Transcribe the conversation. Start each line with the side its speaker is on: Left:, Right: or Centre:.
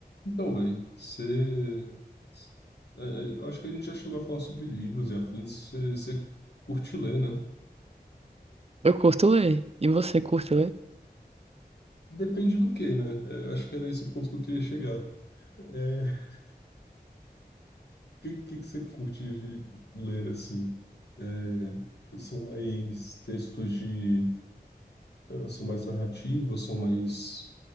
Left: Então, velho, você. é, é, Eu acho que a gente já chegou a falar sobre livros e afins. Você você curte ler, né?
Right: Eu curto ler. E você curte ler?
Left: Depende do que, né? É, eu acho que era esse o ponto que eu queria chegar. É, o que, que, que você curte de ler, assim? É, são mais textos de. eh, São mais narrativas, são mais.